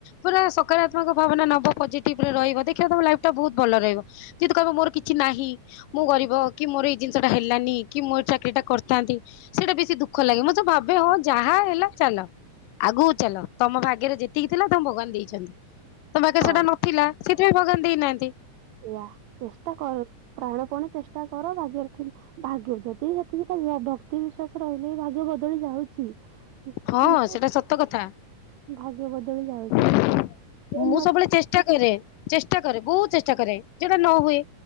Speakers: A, on the left (about 85°); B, on the right (about 80°).
A: ପୁରା ସକାରାତ୍ମକ ଭାବନା ନବ ପଜିଟିଭରେ ରହିବ ଦେଖିବା ତମ ଲାଇଫ ଟା ବହୁତ ଭଲ ରହିବ ଯେତୁ କହିବ ମୋର କିଛି ନାହିଁ ମୁଁ ଗରିବ କି ମୋର ଏଇ ଜିନିଷଟା ହେଲାନି କି ମୋ ଏ ଚାକିରି ଟା କରିଥାନ୍ତି ସେଇଟା ବେଶୀ ଦୁଃଖ ଲାଗେ ମୁଁତ ଭାବେ ହଁ ଯାହା ହେଲା ଚାଲ ଆଗକୁ ଚାଲ ତମ ଭାଗ୍ୟରେ ଯେତିକି ଥିଲା ତମ ଭଗବାନ ଦେଇଛନ୍ତି। ତମ ଭାଗ୍ୟେସେଟା
B: ହଁ।
A: ନଥିଲା। ସେଥିପାଇଁ ଭଗବାନ ଦେଇନାହାନ୍ତି।
B: ଇୟା ଚେଷ୍ଟା କରୁ ପ୍ରାଣ ଚେଷ୍ଟା କର ଭାଗ୍ୟରେ ଥିଲେ ଭାଗ୍ୟ ଯଦି ସେତିକି ଭକ୍ତି ବିଶ୍ଵାସ ରହିଲେ ଭାଗ୍ୟ ବଦଳି ଯାଉଛି
A: ହଁ
B: କିନ୍ତୁ
A: ସେଟା ସତ କଥା।
B: ଭାଗ୍ୟ ବଦଳି ଯାଉଛି।
A: ମୁଁ
B: ସେ
A: ସବୁବେଳେ ଚେଷ୍ଟା କରେ ଚେଷ୍ଟା କରେ ବହୁତ ଚେଷ୍ଟା କରେ ଯଉଟା ନ ହୁଏ